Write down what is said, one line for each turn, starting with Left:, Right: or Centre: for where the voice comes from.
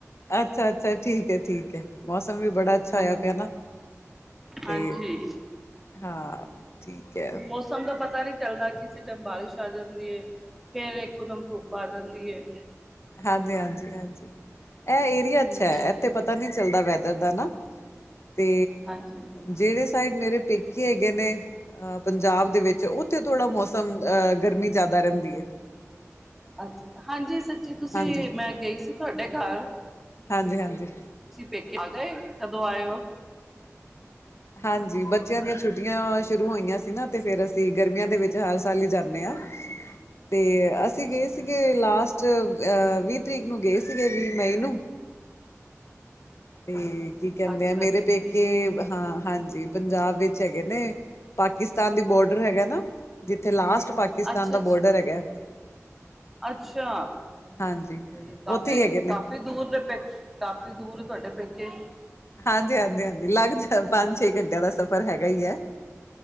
Left: ਅੱਛਾ ਅੱਛਾ ਠੀਕ ਹੈ ਠੀਕ ਹੈ ਮੌਸਮ ਵੀ ਬੜਾ ਅੱਛਾ
Centre: ਹਾਂ
Left: ਹੋਇਆ ਪਿਆ ਨਾ
Centre: ਹਾਂਜੀ
Left: ਤੇ ਹਾਂ ਠੀਕ ਹੈ
Centre: ਮੌਸਮ ਦਾ ਪਤਾ ਨੀ ਚੱਲਦਾ ਕਿਸੇ ਟਮ ਬਾਰਿਸ਼ ਆ ਜਾਂਦੀ ਹੈ ਫੇਰ ਇੱਕੋ ਦਮ ਧੁੱਪ ਆ ਜਾਂਦੀ ਹੈ
Left: ਹਾਂਜੀ, ਹਾਂਜੀ, ਹਾਂਜੀ ਇਹ ਏਰੀਆ
Centre: ਹਾਂਜੀ
Left: ਅੱਛਾ ਹੈ ਇੱਥੇ ਪਤਾ ਨੀ ਚੱਲਦਾ ਵੈਦਰ ਦਾ ਨਾ ਤੇ
Centre: ਹਾਂਜੀ
Left: ਜਿਹੜੇ ਸਾਈਡ ਮੇਰੇ ਪੇਕੇ ਹੈਗੇ ਨੇ ਅਹ ਪੰਜਾਬ ਦੇ ਵਿੱਚ ਉੱਥੇ ਥੋੜਾ ਮੌਸਮ ਅਹ ਗਰਮੀ ਜਿਆਦਾ ਰਹਿੰਦੀ ਏ
Centre: ਅੱ ਹਾਂਜੀ ਸੱਚੀ ਤੁਸੀਂ
Left: ਹਾਂਜੀ
Centre: ਮੈਂ ਗਈ ਸੀ ਤੁਹਾਡੇ ਘਰ
Left: ਹਾਂਜੀ ਹਾਂਜੀ
Centre: ਤੁਸੀਂ ਪੇਕੇ ਆ ਗਏ ਕਦੋਂ ਆਏ ਹੋ
Left: ਹਾਂਜੀ ਬੱਚਿਆਂ ਦੀਆਂ ਛੁੱਟੀਆਂ ਸ਼ੁਰੂ ਹੋਈਆਂ ਸੀ ਨਾ ਤੇ ਫੇਰ ਅਸੀਂ ਗਰਮੀਆਂ ਦੇ ਵਿੱਚ ਹਰ ਸਾਲ ਹੀ ਜਾਂਦੇ ਹਾਂ ਤੇ
Centre: ਅੱਛਾ
Left: ਅਸੀਂ ਗਏ ਸੀਗੇ ਲਾਸਟ ਚ ਅਹ ਵੀਹ ਤਰੀਕ ਨੂੰ ਗਏ ਸੀਗੇ ਵੀਹ ਮਈ ਨੂੰ ਤੇ ਕੀ ਕਹਿੰਦੇ
Centre: ਅੱਛਾ
Left: ਆ ਮੇਰੇ
Centre: ਅੱਛਾ
Left: ਪੇਕੇ ਹਾਂ ਹਾਂਜੀ ਪੰਜਾਬ ਵਿੱਚ ਹੈਗੇ ਨੇ ਪਾਕਿਸਤਾਨ ਦੀ ਬੋਡਰ ਹੈਗਾ ਨਾ ਜਿੱਥੇ ਲਾਸਟ ਪਾਕਿਸਤਾਨ
Centre: ਅੱਛਾ ਅੱਛਾ
Left: ਦਾ ਬੋਰਡਰ ਹੈਗਾ
Centre: ਅੱਛਾ
Left: ਹਾਂਜੀ
Centre: ਤੇ ਕਾਫ਼ੀ,
Left: ਉੱਥੇ ਹੀ ਹੈਗੇ ਨੇ।
Centre: ਕਾਫ਼ੀ ਦੂਰ ਦੇ ਕਾਫੀ ਦੂਰ ਤੁਹਾਡੇ ਪੇਕੇ
Left: ਹਾਂਜੀ, ਹਾਂਜੀ, ਹਾਂਜੀ ਲੱਗ ਜਾ ਪੰਜ ਛੇ ਘੰਟਿਆਂ ਦਾ ਸਫ਼ਰ ਹੈਗਾ ਹੀ ਹੈ